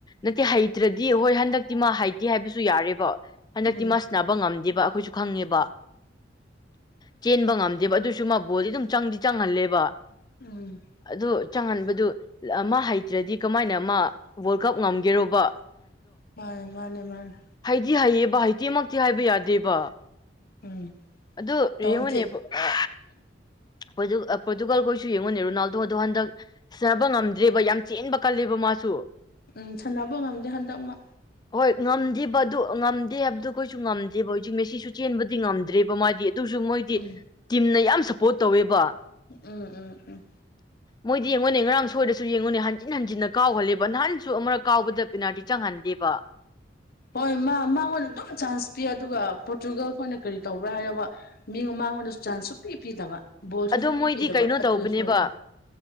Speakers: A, on the left; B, on the left.
A: ꯅꯠꯇꯦ ꯍꯩꯇ꯭ꯔꯗꯤ ꯍꯣꯏ ꯍꯟꯗꯛꯇꯤ ꯃꯥ ꯍꯩꯇꯦ ꯍꯥꯏꯕꯁꯨ ꯌꯥꯔꯦꯕ ꯍꯟꯗꯛꯇꯤ
B: ꯎꯝ
A: ꯃꯥ ꯁꯥꯟꯅꯕ ꯉꯝꯗꯦꯕ ꯑꯩꯈꯣꯏꯁꯨ ꯈꯪꯉꯦꯕ ꯆꯦꯟꯕ ꯉꯝꯗꯦꯕ ꯑꯗꯨꯁꯨ ꯃꯥ ꯕꯣꯜꯗꯤ ꯑꯗꯨꯝ ꯆꯪꯗꯤ ꯆꯪꯍꯜꯂꯦꯕ
B: ꯎꯝ
A: ꯑꯗꯨ ꯆꯪꯍꯟꯕꯗꯨ ꯂ ꯃꯥ ꯍꯩꯇ꯭ꯔꯗꯤ ꯀꯃꯥꯏꯅ ꯃꯥ ꯋꯥꯔꯜ ꯀꯞ ꯉꯝꯒꯦꯔꯣꯕ
B: ꯃꯥꯅꯦ ꯃꯥꯅꯦ ꯃꯥꯅꯦ
A: ꯗꯤ ꯍꯩꯌꯦꯕꯥ ꯍꯩꯇꯦꯃꯛꯇꯤ ꯍꯥꯏꯕ ꯌꯥꯗꯦꯕ
B: ꯎꯝ
A: ꯑꯗꯨ ꯔꯦꯉꯨꯅꯦꯕ
B: ꯇꯧꯗꯦ
A: ꯑ ꯄꯣꯔꯇꯨ ꯑꯥ ꯄꯣꯔꯇꯨꯒꯜꯈꯣꯏꯁꯨ ꯌꯦꯡꯉꯨꯅꯦ ꯔꯣꯅꯥꯜꯗꯣ ꯗꯣ ꯍꯟꯗꯛ ꯁ꯭ꯅꯥꯕ ꯉꯝꯗ꯭ꯔꯦꯕ ꯌꯥꯝ ꯆꯦꯟꯕ ꯀꯜꯂꯦꯕ ꯃꯥꯁꯨ
B: ꯎꯝ ꯁꯥꯟꯅꯕ ꯉꯝꯗꯦ ꯍꯟꯇꯛ ꯃꯥ
A: ꯍꯣꯏ ꯉꯝꯗꯦꯕ ꯑꯗꯨ ꯉꯝꯗꯦ ꯍꯥꯏꯕꯗꯨ ꯑꯈꯣꯏꯁꯨ ꯉꯝꯗꯦꯕ ꯍꯧꯖꯤꯛ ꯃꯦꯁꯤꯁꯨ ꯆꯦꯟꯕꯗꯤ ꯉꯝꯗ꯭ꯔꯦꯕ ꯃꯥꯗꯤ ꯑꯗꯨꯁꯨ ꯃꯣꯏꯗꯤ
B: ꯎꯝ
A: ꯇꯤꯝꯅ ꯌꯥꯝ ꯁꯞꯄꯣꯔꯠ ꯇꯧꯋꯦꯕ
B: ꯎꯝ ꯎꯝ ꯎꯝ
A: ꯃꯣꯏꯗꯤ ꯃꯣꯏꯅ ꯉꯔꯥꯡ ꯁꯣꯏꯔꯁꯨ ꯌꯦꯡꯉꯨꯅꯦ ꯍꯟꯖꯤꯟ ꯍꯟꯖꯤꯟꯅ ꯀꯥꯎꯍꯜꯂꯦꯕ ꯅꯍꯥꯟꯁꯨ ꯑꯃꯔꯛ ꯀꯥꯎꯕꯗ ꯄꯦꯅꯥꯜꯇꯤ ꯆꯪꯍꯜ ꯗꯦꯕ
B: ꯍꯣꯏ ꯃꯥ ꯃꯥꯉꯣꯟꯗ ꯑꯗꯨꯝ ꯆꯥꯟꯁ ꯄꯤ ꯑꯗꯨꯒ ꯄꯣꯔꯇꯨꯒꯜ ꯈꯣꯏꯅ ꯀꯔꯤ ꯇꯧꯕ꯭ꯔꯥ ꯍꯥꯏꯌꯣꯕ ꯃꯤꯉꯣ ꯃꯥ ꯃꯥꯉꯣꯟꯗꯁꯨ ꯆꯥꯟꯁ ꯁꯨꯛꯄꯤ ꯄꯤꯗꯕ ꯕꯣꯜꯁꯨ
A: ꯑꯗꯣ
B: ꯁꯨꯡꯄꯤ
A: ꯃꯣꯏꯗꯤ
B: ꯄꯤꯗꯕ
A: ꯀꯩꯅꯣ
B: ꯑꯗꯨꯅ
A: ꯇꯧꯕꯅꯦꯕ
B: ꯁꯣꯏꯕꯅꯦ